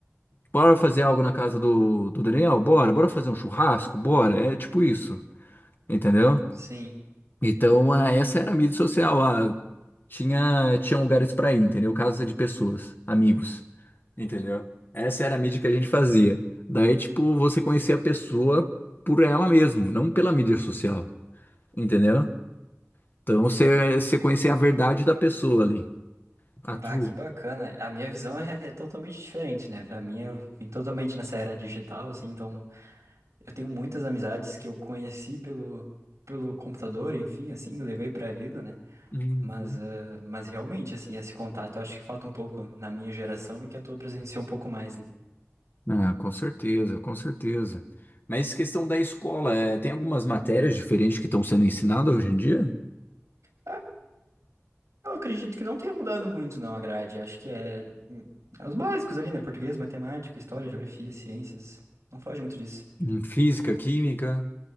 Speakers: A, on the left; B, on the right.
A: bora fazer algo na casa do, do Daniel? Bora, bora fazer um churrasco? Bora, é tipo isso, entendeu?
B: Sim.
A: Então, ah, essa era a mídia social, ah, tinha, tinha lugares pra ir, entendeu? Casa de pessoas, amigos, entendeu? Essa era a mídia que a gente fazia. Daí, tipo, você conhecia a pessoa por ela mesmo, não pela mídia social, entendeu? Então, você, você conhecia a verdade da pessoa ali. A
B: Bah,
A: True.
B: que bacana. A minha visão é, é totalmente diferente, né? Pra mim, eu vim totalmente nessa era digital, assim, então Eu tenho muitas amizades que eu conheci pelo, pelo computador, enfim, assim, eu levei pra vida, né?
A: Uhum.
B: Mas, ah, mas realmente, assim, esse contato eu acho que falta um pouco na minha geração e que a tua presenciou um pouco mais, né?
A: Ah, com certeza, com certeza. Mas questão da escola, é, tem algumas matérias diferentes que estão sendo ensinadas hoje em dia?
B: Ah, Eu acredito que não tenha mudado muito, não, a grade. Acho que é, hum, é os básicos ali, né? Português, matemática, história, geografia, ciências. Não foge muito disso.
A: Em Física, química,